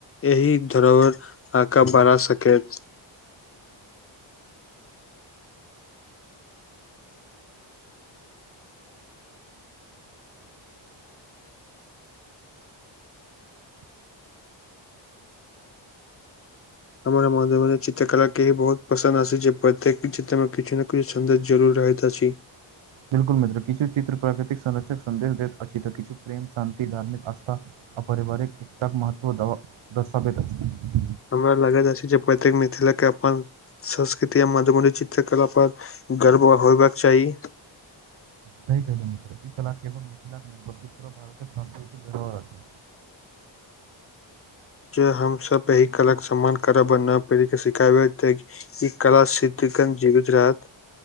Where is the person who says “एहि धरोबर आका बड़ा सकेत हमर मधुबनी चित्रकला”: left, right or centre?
Left